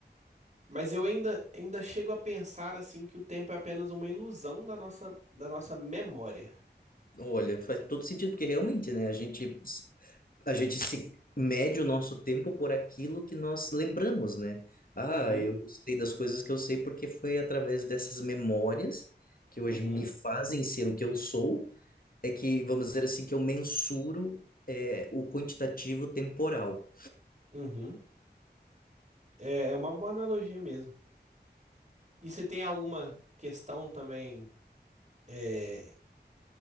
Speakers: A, on the right; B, on the left.
A: Mas eu ainda, ainda chego a pensar assim que o tempo é apenas uma ilusão da nossa, da nossa memória.
B: Olha, faz todo sentido, porque realmente, né, a gente, a gente se mede o nosso tempo por aquilo que nós lembramos, né? Ah,
A: Uhum,
B: eu sei das coisas que eu sei porque foi através dessas memórias que hoje
A: uhum,
B: me fazem ser o que eu sou, é que, vamos dizer assim, que eu mensuro é, o quantitativo temporal.
A: uhum. É, é uma boa analogia mesmo. E você tem alguma questão também é,